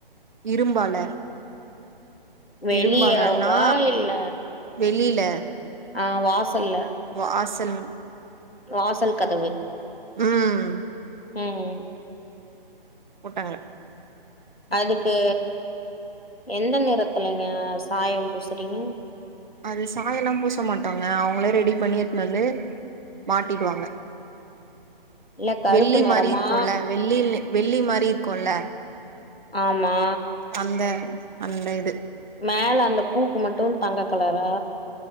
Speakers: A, on the right; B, on the left.
A: இரும்பால
B: வெளியவா
A: இரும்பாலன்னா
B: இல்ல
A: வெளியில
B: ஆஹ் வாசல்ல
A: வாசல்
B: வாசல் கதவு
A: உம்
B: ஹுஹ்ம்
A: போட்டாங்க
B: அதுக்கு எந்த நிறத்துலங்க சாயம் பூசுறீங்க
A: அது சாயம் எல்லாம் பூச மாட்டாங்க அவங்களே ரெடி பண்ணி எத்துனு வந்து மாட்டிடுவாங்க
B: இல்ல கருப்பு
A: வெள்ளி
B: நிறமா
A: மாரி இருக்குல்ல வெள்ளி வெள்ளி மாரி இருக்குல்ல
B: ஆமா
A: அந்த அந்த இது
B: மேல அந்த பூக்கு மட்டு தங்க கலரா